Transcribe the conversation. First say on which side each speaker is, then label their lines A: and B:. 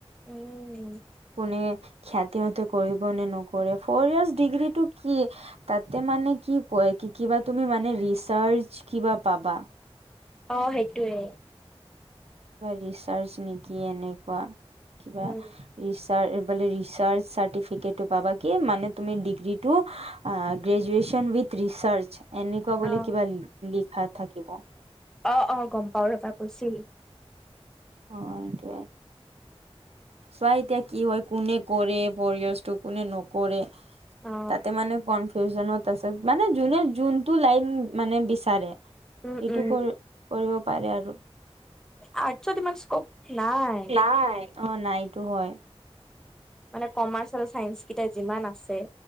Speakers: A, in the centre; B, on the right (about 75°).
A: উম উ উ উ উ।
B: কোনে খ্যাতি মতে কৰিব নে নকৰে ফ'ৰ ইয়াৰছ ডিগ্ৰীটো কি হে হে? হা তাতে মানে কি কয় কি কিবা তুমি মানে ৰিচাৰ্ছ কিবা পাবা?
A: অ সেইটোৱে।
B: কিবা ৰিচাৰ্ছ নে কি এনেকুৱা কিবা
A: উম
B: হা হা। ৰিচাৰ বোলে ৰিচাৰ্ছ চাৰ্টিফিকেট পাবা কি মানে তুমি ডিগ্ৰী টো হা হা। হা আ আ আ, গ্ৰেজুৱেচন উইথ ৰিচাৰ্ছ এনেকুৱা বুলি
A: অ
B: কিবা লি লিখা থাকিব।
A: অ অ গম পাও ৰবা কৈছিল।
B: অ অ এইটোয়ে। চোৱা এতিয়া কি হয় কোনে কৰে পৰিয়েচটো কোনে নকৰে।
A: অ
B: তাতে মানে কন- ফিউজনত আছে মানে যোনে যোনটো লাইন মানে বিচাৰে,
A: উম
B: এইটো
A: উম
B: কৰি কৰিব পাৰে আৰু
A: আৰ্টছত ইমান ইস্কুপ নাই।
B: নাই অ', নাইটো হয়।
A: মানে কমাৰ্চ আৰু ছাইঞ্চকেইটা যিমান আছে।